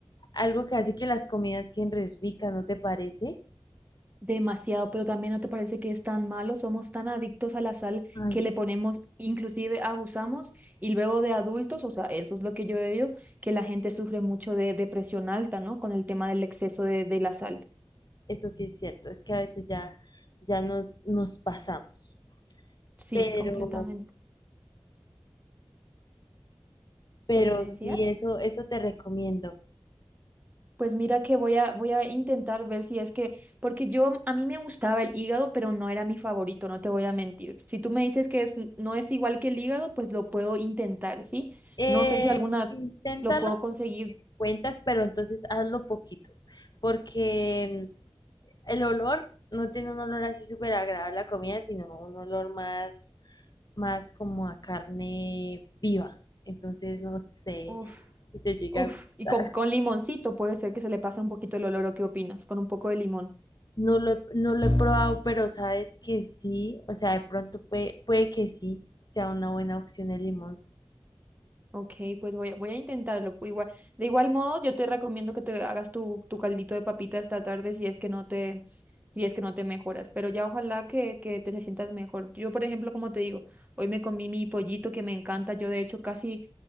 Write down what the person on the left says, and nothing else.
algo que hace que las comidas queden re ricas, ¿no te parece?
Ay,
eso sí es cierto, es que a veces ya, ya nos, nos pasamos.
Pero,
pero
sí,
eso, eso te recomiendo.
Eh,
inténtalo
y te cuentas, pero entonces hazlo poquito, porque mm, el olor no tiene un olor así súper agradable a comida, sino un olor más, más como a carne viva. Entonces no sé
si te llega
a gustar.
No lo, he- no lo he probado, pero sabes que sí, o sea, de pronto puede, puede que sí sea una buena opción el limón.